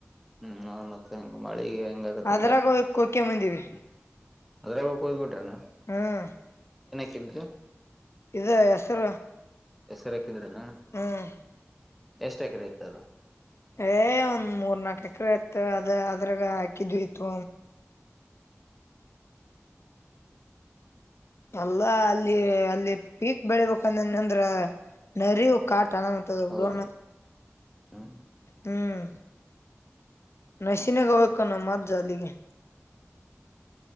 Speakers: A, in the centre; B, on the left.
A: ಹ್ಮ್ ನ ಮತ್ತೆ ಹೆಂಗ ಮಳಿಗೆ ಹೆಂಗ ಆಗತ್ತ
B: ಅದ್ರಾಗ ಕೊಕೆ ಬಂದಿವವಿ
A: ಅದ್ರಾಗೋಗ ಹೋಗ್ಬ ಬಿಟ್ರೆ ನಾ
B: ಹ್ಮ್
A: ಕಂದ್ರ
B: ಇದು ಹೆಸರು
A: ಹೆಸರೇ. ಹಿದ್ರನಾ
B: ಹ್ಮ್
A: ಎಷ್ಟು ಎಕರೆ ಇತ ಅದು
B: ಏ ಒಂದ್ ಮೂರ್ ನಾಕ ಎಕರೆ ಇತ್ತು ಅದ ಅದ್ರಾಗ ಹಾಕಿದ್ವಿ ಇತ್ತು ಅಲ್ಲ ಅಲ್ಲಿ ಅಲ್ಲಿ ಪೀಕ್ ಬೆಳಿಬೇಕನ್ಂದ್ರ ನರ ಕಾಟಣ ಮತ್ತದ ಬಿಡವಣ
A: ಹೌದು ಹ್ಮ್
B: ಹ್ಮ್ ನಸೀಿನಗಕ ನ ಮತ್ ಜಲಿಗೆ